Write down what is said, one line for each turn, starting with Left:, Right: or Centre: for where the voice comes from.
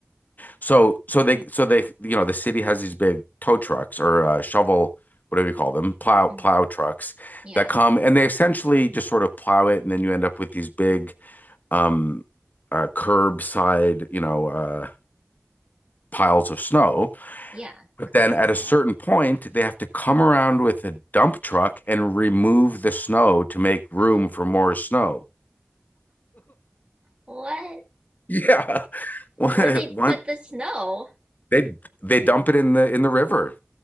Left: So so they so they you know the city has these big tow trucks or uh, shovel whatever you call them plow
Right: hmm
Left: plow trucks
Right: Yeah,
Left: that come and they essentially just sort of plow it, and then you end up with these big um uh, curbside you know uh, piles of snow
Right: yeah. Comes
Left: then
Right: the
Left: at
Right: snow
Left: a certain point, they have to come around with a dump truck and remove the snow to make room
Right: Oh,
Left: for more snow.
Right: what?
Left: <laughs> yeah, <laughs> one
Right: Where they put the snow?
Left: they they dump it in the in the river.